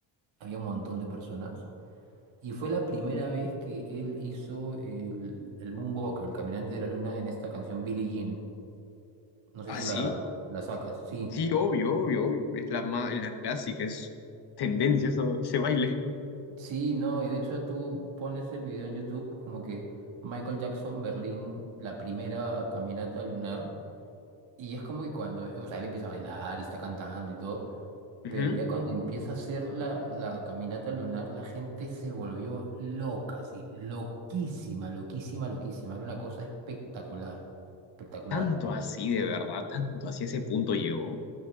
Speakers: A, on the right (about 80°); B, on the left (about 55°).
A: Había un montón de personas. Y fue la primera vez que él hizo el, el Moonwalker, el caminante de la luna, en esta canción Billie Jean. No
B: ¿Ah,
A: sé si
B: sí?
A: la, la sacas. Sí,
B: Sí, obvio, obvio, obvio. Es la, ma- la clásica, es tendencia eso, ese baile.
A: sí, no. Y de hecho tú pones el video en YouTube como que Michael Jackson, Berlín, la primera caminata lunar. Y es como que cuando, o sea, él empieza a bailar y está cantando y todo,
B: Ujú.
A: pero ya cuando empieza a hacer la, la caminata lunar, la gente se volvió loca, así, loquísima, loquísima, loquísima. Era una cosa espectacular, espectacular.
B: Tanto así, de verdad, tanto así a ese punto llegó.